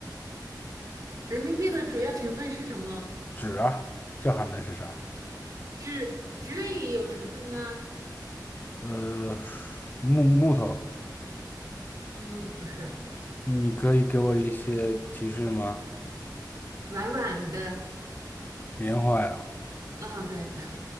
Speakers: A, on the right; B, on the left.
A: 人民币的主要成分是什么？
B: 纸啊，这还能是啥？
A: 纸纸也有成分啊，
B: 呃，木木头，
A: 嗯，不是，
B: 你可以给我一些提示吗？
A: 软软的，
B: 棉花呀，
A: 嗯，对，